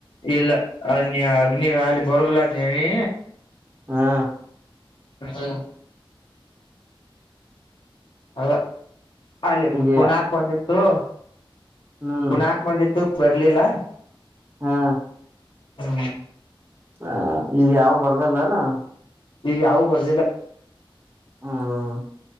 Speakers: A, on the left; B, on the right.
A: ಇಲ್ಲ ಅದ ನೀ ಅಗ್ ನೀ ಅಲ್ಲಿ ಬರ್ಗಲಾದ್ ನೀವಿ
B: ಹಾ
A: ಹ ಅ ಅಲ್ಲಿ
B: ಈಗ
A: ಪುನಾಕ್ ಬಂದಿತ್ತು
B: ಹ್ಮ್
A: ಪುನಾಕ್ ಬಂದಿತ್ತು ಬರ್ಲಲ
B: ಹಾ
A: ಹ್ಮ್
B: ಹ ಈಗ ಯಾವ ಬರ್ದಲ್ಲನ
A: ಈಗ ಯಾವು ಬರ್ದಿಲ್ಲ
B: ಹ್ಮ್